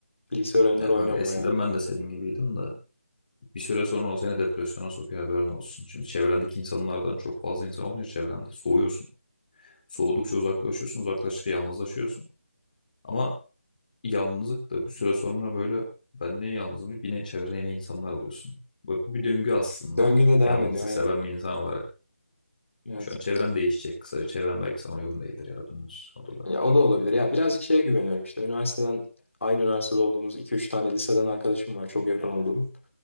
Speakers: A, on the left; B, on the left.
A: Bilgisayar oyunları
B: ya kanka
A: oynuyorum
B: eskiden
A: bayağı.
B: ben de senin gibiydim de Bir süre sonra o seni depresyona sokuyor haberin olsun. Şimdi çevrendeki insanlardan çok fazla insan olunca çevrende soğuyorsun. Soğudukça uzaklaşıyorsun, uzaklaştıkça yalnızlaşıyorsun. Ama yalnızlık da bir süre sonra böyle ben niye yalnızım deyip yine çevrene yeni insanlar alıyorsun. Ve Bu bir döngü aslında.
A: Döngüde devam
B: Yalnızlık
A: ediyor aynen.
B: seven bir insan olarak.
A: Evet.
B: Şu an çevren değişecek kısaca. Çevren belki sana uygun değildir ya da dümdüz olabilir.
A: Ya o da olabilir. Ya birazcık şeye güveniyorum işte. Üniversiteden aynı üniversitede olduğumuz iki üç tane liseden arkadaşım var çok yakın olduğum.